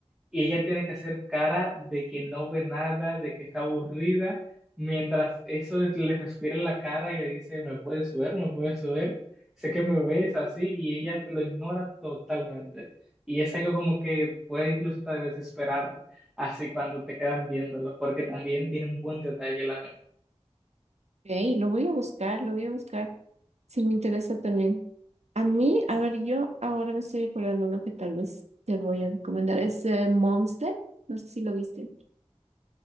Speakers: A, in the centre; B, on the right.
A: y ella tiene que hacer cara de que no ve nada, de que está aburrida, mientras eso es- le respira en la cara y le dice, me puedes ver, me puedes ver, sé que me ves así, y ella lo ignora totalmente. Y es algo como que puede incluso hasta desesperar así cuando te quedas viéndolo, porque también tiene un buen detalle el anime.
B: Ok, lo voy a buscar, lo voy a buscar. Sí, me interesa también. A mí, a ver, yo ahora me estoy acordando uno que tal vez te voy a recomendar. Es eh, Monster. No sé si lo viste.